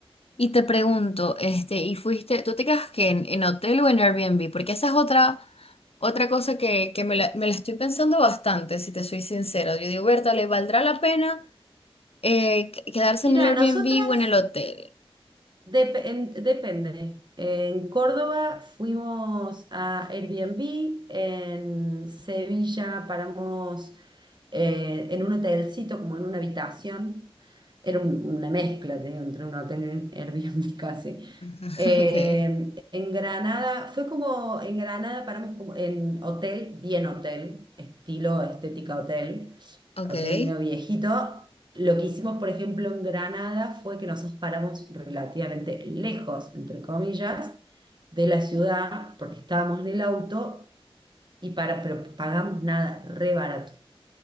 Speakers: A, on the left (about 75°); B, on the right (about 45°).
A: y te pregunto, este, ¿y fuiste, tú te quedas que en, en hotel o en Airbnb? Porque esa es otra, otra cosa que, que me la, me la estoy pensando bastante, si te soy sincera. Yo digo, Berta, ¿le valdrá la pena eh, qu- quedarse
B: Mira,
A: en el Airbnb
B: nosotras
A: o en el hotel?
B: Dep- en- depende. En Córdoba fuimos a Airbnb, en Sevilla paramos eh, en un hotelcito, como en una habitación. Era un- una mezcla, te digo, entre un hotel y un Airbnb <laughs> casi.
A: <laughs>
B: Eh,
A: Okay,
B: en Granada, fue como en Granada paramos como en hotel, bien hotel, estilo estética hotel,
A: okay,
B: hotel medio viejito. Lo que hicimos, por ejemplo, en Granada fue que nosotros paramos relativamente lejos, entre comillas, de la ciudad, porque estábamos en el auto y para, pero pagamos nada, re barato.